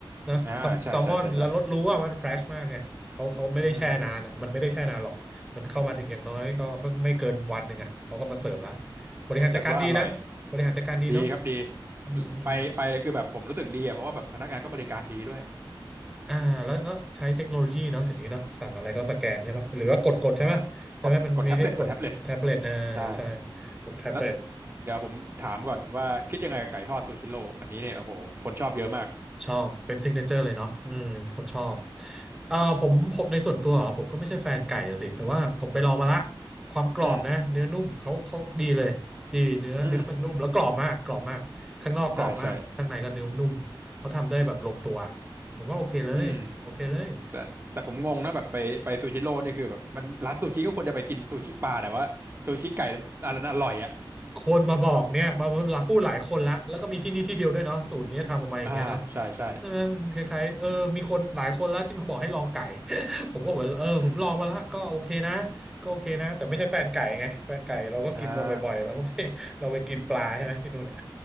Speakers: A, in the centre; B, on the right.
A: นะแซลแซลมอนแล้วรสรู้ว่ามันเฟรชมากไงเขาเขาไม่ได้แช่นานอ่ะมันไม่ได้แช่นานหรอกมันเข้ามาถึงอย่างน้อยก็ไม่ไม่เกินวันหนึ่งอ่ะเขาก็มาเสิร์ฟแล้ว
B: อ่าใช่ใช่ใช่ใช่อืม
A: บริหารจัดการดีนะบริหารจัดการดีเนาะ
B: จัดว่าอร่อยดีครับดี
A: อืมอืม
B: ไปไปเลยคือแบบผมรู้สึกดีอ่ะเพราะว่าแบบพนักงานก็บริการดีด้วย
A: อ่าแล้วก็ใช้เทคโนโลยีเนาะเดี๋ยวนี้เนาะสั่งอะไรก็สแกนใช่ปะหรือว่ากดกดใช่ไหมใช่ไหมมันมีให้กดแท็บเล็ตอ่าใช่
B: อ่ากดกดแท็บเล็ตกดแท็บเล็ตใช่
A: กดแท็บเล็ต
B: แล้วเดี๋ยวผมถามก่อนว่าคิดยังไงกับไก่ทอดซูชิโร่อันนี้เนี่ยโอ้โหคนชอบเยอะมาก
A: ชอบเป็นซิงเกิลเจอร์เลยเนาะอืมคนชอบเอ่อผมผมในส่วนตัวเหรอผมก็ไม่ใช่แฟนไก่อะสิแต่ว่าผมไปลองมาละความกรอบนะเนื้อนุ่มเขาเขาดีเลยดีเนื้อเนื้อมันนุ่มแล้วกรอบมากกรอบมากข้างนอกกรอบมากข้างในก็เนื้อนุ่มเขาทำได้แบบลงตัว
B: อืมอืมใช่ใช่
A: ผมว่าโอเคเลยโอเคเลย
B: อืม แต่แต่ผมงงนะแบบไปไปซูชิโร่นี่คือแบบมันร้านซูชิก็ควรจะไปกินซูชิปลาแต่ว่าซูชิไก่นั้นอันนั้นอร่อยอ่ะ
A: คนมาบอกเนี่ยมาหลายพูดหลายคนละแล้วก็มีที่นี่ที่เดียวด้วยเนาะสูตรเนี้ยทำออกมาอย่างเงี้ยเนาะ
B: อ่าใช่ใช่
A: ใช่ไหมมันคล้ายๆเออมีคนหลายคนละที่มาบอกให้ลองไก่ <laughs> ผมก็เหมือนเออผมลองมาแล้วก็โอเคนะก็โอเคนะแต่ไม่ใช่แฟนไก่ไงแฟนไก่เราก็กินมาบ่อยๆเราก็ไม่
B: อืมอืมอ่า
A: <laughs> เราไปกินปลาใช่ไหมที่นู่นอ่ะ